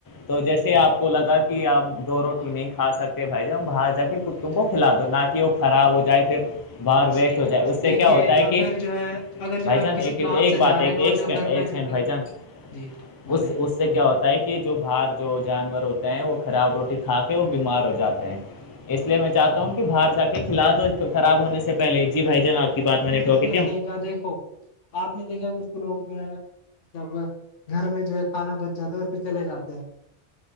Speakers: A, on the left (about 25°); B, on the left (about 80°).
A: تو جیسے آپ کو لگا کہ آپ دو
B: ہاں
A: روٹی نہیں ک کھ سکتے ہیں بھائی ج ہم بات ج کے کتوں
B: جی
A: کو
B: جی
A: کھلا دو نہ کہ وہ خراب ہو جائے پھر باہر ویسٹ
B: صحیح
A: ہو
B: کہا
A: جائے اس سے
B: دیکھیے
A: کیا ہوتا ہے
B: اگر
A: کہ
B: جو ہے اگر
A: بھائی
B: جو ہے آپ
A: جان
B: کسی
A: ایک
B: کام
A: ایک
B: سے
A: بات
B: جا رہے
A: ایک
B: ہیں اور
A: ایک سیکنڈ
B: جو گھر
A: ایک
B: میں
A: سیکنڈ
B: جو
A: بھائی جان
B: جی بولیں
A: اس اس اس سے کیا ہوتا ہے کہ جو باہر جو جانور ہوتے ہیں وہ خراب روٹی کھا کے وہ بیمار ہو جاتے ہیں اس
B: جی
A: لیے میں
B: جی
A: چاہتا
B: صحیح
A: ہوں کہ باہر جا کے کلاد خراب ہونے سے پہلے جی بھائی جان آپ کی بات میں نٹھوکی
B: سی گا دیکھو آپ نے دیکھا کچھ لوگ جو ہے مطلب گھر میں جو ہے کھانا پ زیادہور پ سے چلے جاتے ہیں